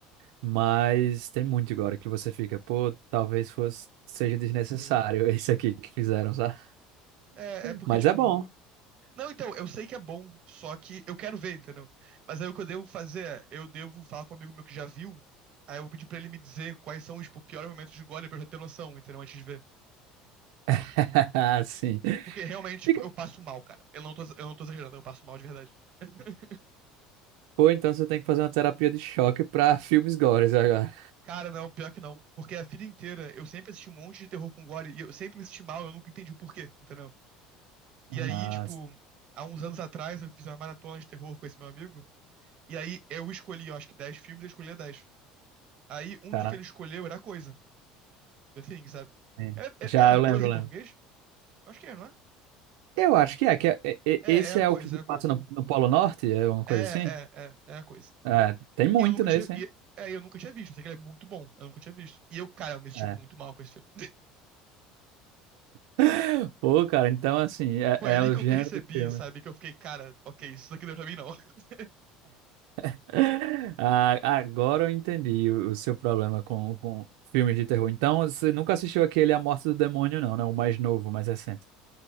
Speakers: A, on the right (about 80°); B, on the right (about 45°).
A: Mas tem muito agora que você fica, pô, talvez fosse, seja desnecessário
B: Sei.
A: <laughs> isso aqui que fizeram, sabe?
B: É, é porque,
A: Mas
B: tipo.
A: é bom.
B: Não, então, eu sei que é bom, só que eu quero ver, entendeu? Mas aí o que eu devo fazer é, eu devo falar com um amigo meu que já viu, aí eu vou pedir pra ele me dizer quais são os, tipo, piores momentos de gore pra eu já ter noção, entendeu? Antes de ver.
A: <laughs> Sim.
B: Porque realmente, tipo,
A: Fica-
B: eu passo mal, cara. Eu não tô, eu não tô exagerando, eu passo mal de verdade. <laughs>
A: Pô, então você tem que fazer uma terapia de choque pra filmes gores agora.
B: Cara, não, pior que não. Porque a vida inteira eu sempre assisti um monte de terror com gore e eu sempre me senti mal, eu nunca entendi o porquê, entendeu?
A: Nossa,
B: E aí, tipo, há uns anos atrás eu fiz uma maratona de terror com esse meu amigo. E aí eu escolhi, eu acho que 10 filmes, ele escolhia 10. Aí um
A: caraca.
B: dos que ele escolheu era a coisa, The Thing, sabe?
A: sim.
B: É,
A: Já,
B: é, é a
A: eu
B: coisa
A: lembro, eu
B: em português?
A: lembro.
B: Acho que é, não é?
A: Eu acho que é, que é- é- é-
B: É,
A: esse
B: é a
A: é
B: coisa,
A: o que
B: é a
A: passa
B: coisa.
A: no, no Polo Norte, é uma coisa
B: É, é,
A: assim?
B: é, é a coisa.
A: É, tem muito
B: E eu nunca
A: nesse,
B: tinha. E,
A: hein?
B: é, eu nunca tinha visto. Eu sei que ele é muito bom. Eu nunca tinha visto. E eu, cara, eu me senti
A: É.
B: muito mal com esse filme.
A: <laughs> Pô,
B: <laughs>
A: cara, então assim, é,
B: Foi
A: é
B: ali
A: o
B: que
A: gênero
B: eu percebi,
A: do filme.
B: sabe? Que eu fiquei, cara, ok, isso daqui não é pra mim, não. <laughs>
A: <laughs> Ah, agora eu entendi o o seu problema com, com filmes de terror. Então, você nunca assistiu aquele A Morte do Demônio, não, né? O mais novo, o mais recente.